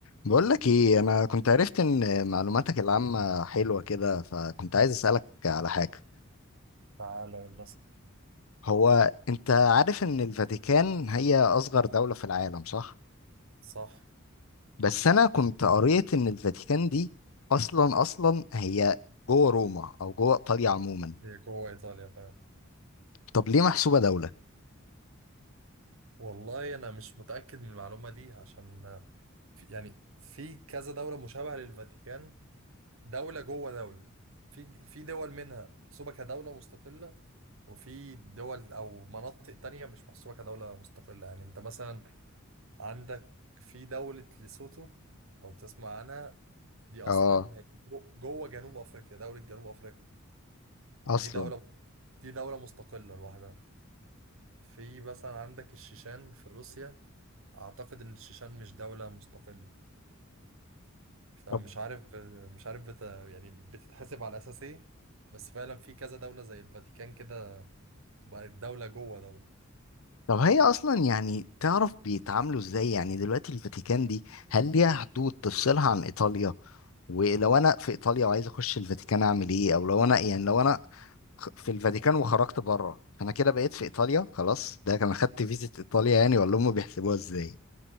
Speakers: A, on the left (about 75°); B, on the right (about 70°).
A: بقول لك ايه انا كنت عرفت ان معلوماتك العامة حلوة كده فكنت عايز اسألك على حاجة
B: تعالى يلا اسأل.
A: هو انت عارف ان الفاتيكان هي اصغر دولة في العالم صح
B: صح
A: بس انا كنت قريت ان الفاتيكان دي اصلا اصلا هي جوه روما او جوه ايطاليا عموما
B: هي جوه إيطاليا فعلا
A: طب ليه محسوبة دولة
B: والله أنا مش متأكد من المعلومة دي عشان آه، في يعني في كذا دولة مشابهة للفاتيكان دولة جوه دولة في في دول منها محسوبة كدولة مستقلة وفي دول أو مناطق تانية مش محسوبة كدولة مستقلة يعني أنت مثلا عندك في دولة ليسوتو لو تسمع عنها دي أصلا
A: اه
B: هي جو- جوه جنوب أفريقيا دولة جنوب أفريقيا ودي
A: اصلا
B: دولة دي دولة مستقلة لوحدها في مثلا عندك الشيشان في روسيا اعتقد ان الشيشان مش دولة مستقلة فمش
A: طب
B: عارف مش عارف بت يعني بتتحسب على اساس ايه بس فعلا في كذا دولة زي الفاتيكان كده تبقى دولة جوه دولة
A: طب هي اصلا يعني تعرف بيتعاملوا ازاي يعني دلوقتي الفاتيكان دي هل ليها حدود تفصلها عن ايطاليا ولو انا في ايطاليا وعايز اخش الفاتيكان اعمل ايه او لو انا يعني لو انا خ- في الفاتيكان وخرجت بره انا كده بقيت في ايطاليا خلاص ده كان خدت فيزا ايطاليا يعني ولا هم بيحسبوها ازاي